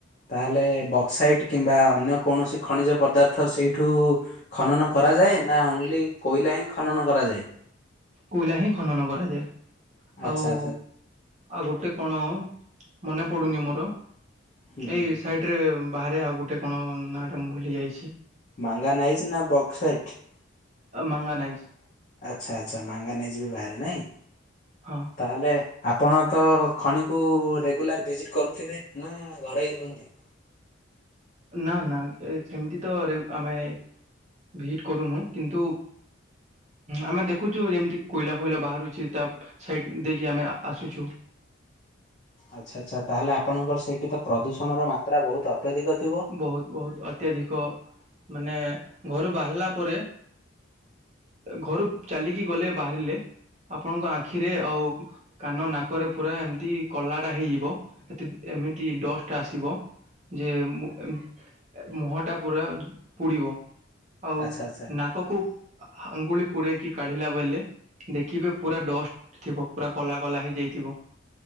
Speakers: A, on the left; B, on the right.
A: ତାହେଲେ ବକ୍ସାଇଟ୍ କିମ୍ବା ଅନ୍ୟ କୌଣସି ଖଣିଜ ପଦାର୍ଥ ସେଇଠୁ ଖନନ କରାଯାଏ ନା ଓନ୍ଲି କୋଇଲା ହିଁ ଖନନ କରାଯାଏ।
B: କୋଇଲା ହିଁ ଖନନ କରାଯାଏ
A: ଆଚ୍ଛା
B: ଆଉ।
A: ଆଚ୍ଛା
B: ଆଉ ଗୋଟେ କଣ ମନେ ପଡ଼ୁନି ମୋର।
A: ହୁଁ ହୁଁ
B: ଏଇ
A: ହୁଁ
B: ସାଇଡ ରେ ବାହାରେ ଆଉ ଗୋଟେ କଣ ନାଁ ଟା ମୁଁ ଭୁଲି ଯାଇଛି।
A: ମାଙ୍ଗାନାଇଜ୍‌ ନା ବକ୍ସାଇଟ।
B: ମାଙ୍ଗାନିଜ।
A: ଆଚ୍ଛା ଆଚ୍ଛା ମଙ୍ଗାନାଇଯି ବି ବାହାରେ ନାଇଁ।
B: ହଁ।
A: ତାହେଲେ ଆପଣ ତ ଖଣିକୁ ରେଗୁଲାର ଭିଜିଟ୍ କରୁଥିବେ ନା ଘରେଇ ରୁହନ୍ତି।
B: ନା ନା ସେମିତି ତ ରେ ଆମେ ଭିଜିଟ୍ କରୁନୁ କିନ୍ତୁ ଆମେ ଦେଖୁଛୁ ଯେମିତି କୋଇଲା ଫୋଇଲା ବାହାରୁଛି ତା ସାଇଡ଼୍ ଦେଇକି ଆମେ ଆସୁଛୁ।
A: ଆଚ୍ଛା ଆଚ୍ଛା ତାହେଲେ ଆପଣଙ୍କର ସେଇଠି ତ ପ୍ରଦୂଷଣର ମାତ୍ରା ବହୁତ ଅତ୍ୟଧିକ ଥିବ।
B: ବହୁତ୍ ବହୁତ୍ ଅତ୍ୟଧିକ ମାନେ ଘରୁ ବାହାରିଲା ପରେ ଘରୁ ଚାଲିକି ଗଲେ ବାହାରିଲେ ଆପଣଙ୍କ ଆଖିରେ ଆଉ କାନ ନାକରେ ପୁରା ଏମିତି କଲାଟା ହେଇଯିବ ଏ ଏମିତି ଡଷ୍ଟ ଆସିବ ଯେ ମୁହଟା ପୁରା ପୋଡ଼ିବ ଆଉ
A: ଆଚ୍ଛା
B: ନା
A: ଆଚ୍ଛା
B: ନାକକୁ ଆଙ୍ଗୁଳି ପୁରେଇକି କାଢିଲା ବେଲେ ଦେଖିବେ ପୁରା ଡଷ୍ଟ ଥିବ ପୁରା କଲା କଲା ହେଇଯାଇଥିବ।